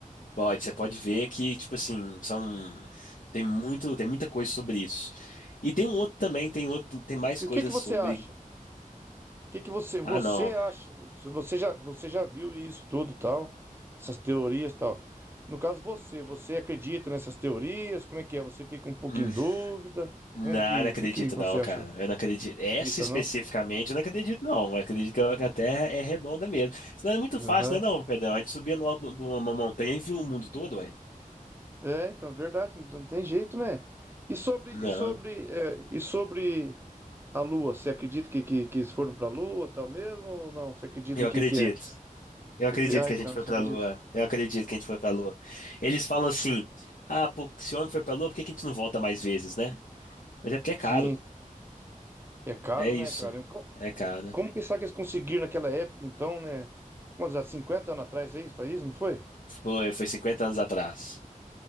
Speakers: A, on the left; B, on the right.
A: Pode, você pode ver que, tipo assim, são tem muito, tem muita coisa sobre isso. E tem um outro também, tem outro, tem mais
B: E
A: coisas
B: o que que você
A: sobre.
B: acha? O que que você você
A: Ah, não.
B: acha? Você já você já viu isso tudo, tal, essas teorias, tal. No caso você, você acredita nessas teorias? Como é que é? Você fica um pouco
A: Hum,
B: em dúvida?
A: não,
B: Como que
A: não acredito
B: o que que você
A: não, cara.
B: acha?
A: Eu não acredito. Essa
B: Acredita
A: especificamente,
B: não?
A: eu não acredito não. Eu acredito que a que a Terra é redonda mesmo. Senão é muito fácil,
B: Aham.
A: né não, Pedrão? A gente subia no alto de uma montanha e viu o mundo todo, ué.
B: É, então, é verdade, não não tem jeito, né? E sobre e
A: Não,
B: sobre é, e sobre a Lua, você acredita que, que, que eles foram para a Lua, tal mesmo ou não? Você acredita
A: eu
B: que
A: acredito.
B: que é?
A: Eu
B: Que,
A: acredito
B: que- ah,
A: que
B: então,
A: a gente foi
B: você
A: pra
B: acredita?
A: Lua. Eu acredito que a gente foi pra Lua. Eles falam assim: ah, pô, se o homem foi pra Lua, por que que a gente não volta mais vezes, né? Mas é porque é caro.
B: Sim, é caro,
A: É
B: né,
A: isso.
B: cara?
A: É É caro. né?
B: Como que será que eles conseguiram naquela época, então, né? Quantos anos? cinquenta anos atrás, aí Faz isso, não foi?
A: Foi, foi 50 anos atrás.